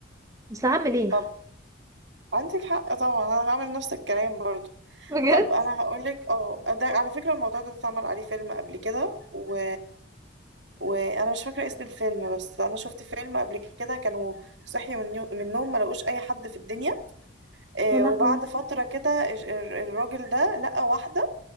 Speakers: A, on the right; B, on the right.
A: بس هعمل ايه
B: طب عندك حق طبعا انا هعمل نفس الكلام برضو
A: بجد
B: طب انا هقولك اه ده على فكرة الموضوع ده اتعمل عليه فيلم قبل كده و... وانا مش فاكرة اسم الفيلم بس انا شفت فيلم قبل كده كانوا صحيوا من يو- من النوم ما لقوش اي حد في الدنيا آه،
A: يا لهوي
B: وبعد فترة كده الش- ال- الراجل ده لقى واحدة